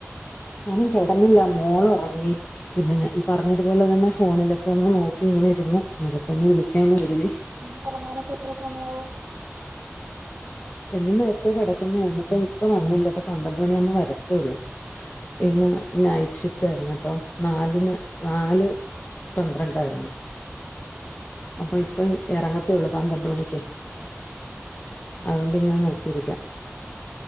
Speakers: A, on the left; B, on the right.
A: ഞാനും കെടന്നില്ല മോളൊറങ്ങി പിന്നെ ഞാ ഈ പറഞ്ഞതുപോലെ തന്നെ ഫോണിലൊക്കെ ഒന്ന് നോക്കി ഇങ്ങനെ ഇരുന്നു <unintelligible> ഒന്ന് വിളിക്കാന്ന് കരുതി
B: പിന്ന ഒറങ്ങാനൊക്കെ എത്ര സമയാവും
A: എന്നും നേരത്തെ കെടക്കുന്നേ ഇന്നിപ്പോ ഇക്ക വന്നില്ല ഇപ്പ പന്ത്രണ്ട് മണിയാമ്പോ വരത്തേ ഒള്ളൂ ഇന്ന് നൈറ്റ് ഷിഫ്റ്റ് ആരുന്നുട്ടോ നാലിന് നാല് പന്ത്രണ്ടാരുന്നു അപ്പൊ ഇപ്പ എറങ്ങത്തേ ഒള്ളൂ പന്ത്രണ്ട് മണിക്യയ്
B: ആഹ്
A: അതൊണ്ട് ഇങ്ങനെ നോക്കിരിക്കാം